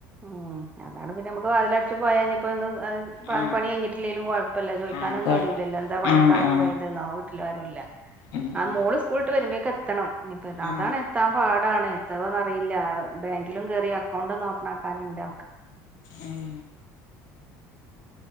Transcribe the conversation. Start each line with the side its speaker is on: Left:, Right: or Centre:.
Right: ഉം അതാണ് പിന്നെ നമുക്ക് വാതിലടച്ച് പോയാഞ്ഞ് ഇപ്പോ ഇന്ന് അത്
Left: ആ
Right: പണികഴിഞ്ഞിട്ടില്ലേലും കൊഴപ്പില്ല ചോദിക്കാനൊന്നും
Left: ആ കൊഴപ്പ
Right: ആരൂല്ലല്ലോ എന്താ പണിയെടുക്കാതെ
Left: ആ ആ
Right: പോയത്ന്നോ ട്ട് ല് ആരൂല്ല
Left: ഉം
Right: ആ
Left: ഉം.
Right: മോള് സ്കൂളിട്ട് വര്മ്പേ എത്തണം ഇനിപ്പോ
Left: ആ
Right: അതാണ് എത്താൻ പാടാണ് എത്താവുന്നറിയില്ല ബാങ്കിലും കേറി അക്കൗണ്ടൊന്നോപ്പണാക്കാനും ണ്ട്
Left: ഉം.